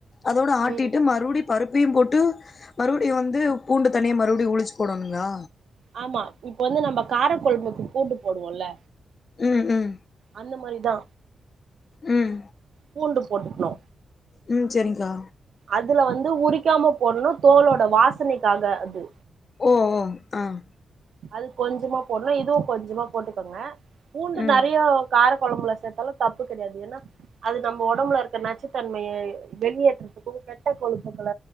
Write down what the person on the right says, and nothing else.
ம்
ஆமா இப்போ வந்து நம்ப காரக்கொழம்புக்கு பூண்டு போடுவோல்ல
அந்த மாரிதா
பூண்டு போட்டுக்னு
அதுல வந்து உரிக்காம போடனு தோலோட வாசனைக்காக அது
அது கொஞ்சமா போடனு இதுவு கொஞ்சமா போட்டுக்கோங்க பூண்டு
நெறயா கார கொழம்புல சேத்தாலு தப்பு கெடயாது ஏன்னா அது நம்ம ஒடம்புல இருக்க நச்சுத்தன்மைய வெளியேற்றதுக்கு கெட்ட கொழுப்புகள